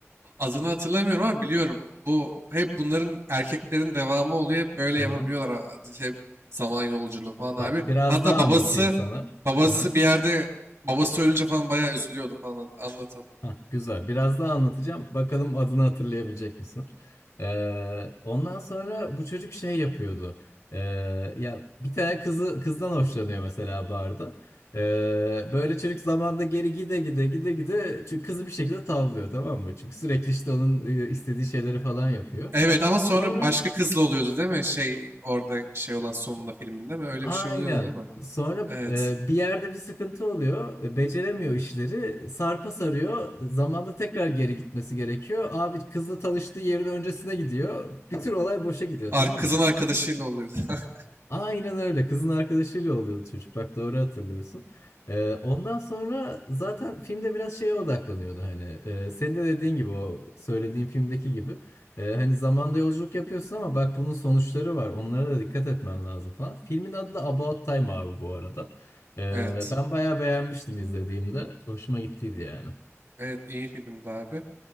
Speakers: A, on the right (about 70°); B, on the left (about 80°).
A: Adını hatırlamıyorum ama biliyorum. Bu hep bunların erkeklerin devamı oluyor. Hep böyle
B: Hı
A: yapabiliyorlar.
B: hı.
A: a- Hep zaman yolculuğu falan abi.
B: Bak biraz
A: Hatta
B: daha
A: babası
B: anlatayım sana.
A: babası
B: Hı hı.
A: bir yerde babası ölünce falan bayağı üzülüyordu falan anlatan.
B: Hah, güzel. Biraz daha anlatacağım. Bakalım adını hatırlayabilecek misin? Ee, ondan sonra bu çocuk şey yapıyordu. Ee, ya bir tane kızı kızdan hoşlanıyor mesela barda. Ee, böyle çocuk zamanda geri gide gide gide gide çünkü kızı bir şekilde tavlıyor tamam mı? Çünkü sürekli işte onun e, istediği şeyleri falan yapıyor.
A: Evet ama sonra
B: Sonra
A: başka kızla oluyordu değil mi? Şey orada şey olan sonunda filminde mi? Öyle
B: Aynen.
A: bir şey oluyordu değil mi?
B: Sonra
A: Evet.
B: e, bir yerde bir sıkıntı oluyor. E, Beceremiyor işleri. Sarpa sarıyor. Zamanda tekrar geri gitmesi gerekiyor. Abi kızla tanıştığı yerin öncesine gidiyor. Bir tür olay boşa gidiyor
A: Ar
B: tamam
A: kızın
B: mı?
A: arkadaşıyla oluyordu. <laughs>
B: Aynen öyle. Kızın arkadaşıyla oluyordu çocuk. Bak doğru hatırlıyorsun. Ee, ondan sonra zaten filmde biraz şeye odaklanıyordu hani. Ee, senin de dediğin gibi o söylediğin filmdeki gibi. Ee, hani zamanda yolculuk yapıyorsun ama bak bunun sonuçları var. Onlara da dikkat etmen lazım falan. Filmin adı da About Time abi bu arada. Ee,
A: Evet.
B: ben bayağı beğenmiştim izlediğimde. Hoşuma gittiydi yani.
A: Evet iyi filmdi abi.